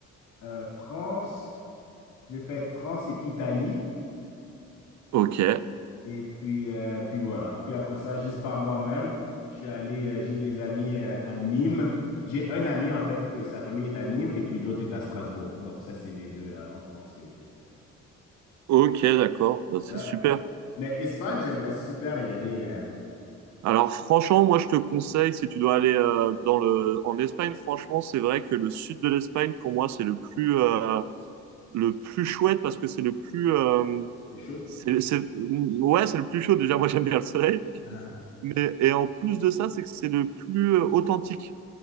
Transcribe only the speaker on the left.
euh, France, j'ai fait France et Italie,
et puis, euh, puis voilà. Puis après ça, juste par moi-même, je suis allé, euh, j'ai des amis euh, à Nîmes. J'ai un ami, en fait, que sa famille est à Nîmes, et puis l'autre est à Strasbourg. Donc, ça, c'est les deux euh, en France que j'ai fait.
Ouais.
Mais Espagne, j'aimerais super y aller. euh,
C'est chaud,
c'est
chaud.
<laughs>